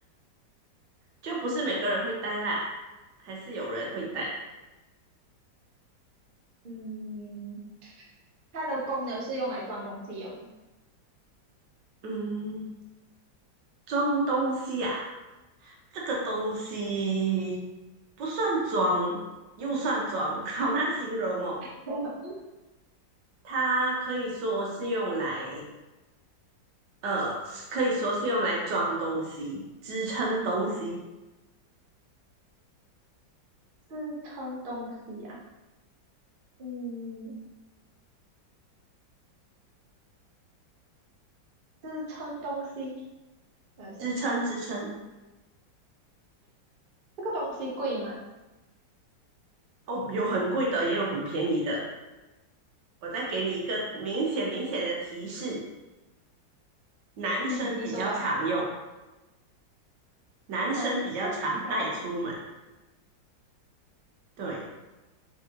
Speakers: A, on the right (about 70°); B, on the right (about 45°).
A: 就不是每个人会戴啦，还是有人会戴。
B: 嗯，它的功能是用来装东西的吗？
A: 嗯，装东西啊，这个东西不算装，又算装，<laughs> 好难形容哦。
B: <laughs>
A: 它可以说是用来，呃，可以说是用来装东西、支撑东西、
B: 支撑东西啊，嗯，支撑东西，我想想，
A: 支撑支撑。
B: 这个东西贵吗？
A: 哦，有很贵的，也有很便宜的。我再给你一个明显明显的提示：男生比较常用，
B: 嗯，你说吧。
A: 男生比较常带出门，
B: 男生比较常
A: 对，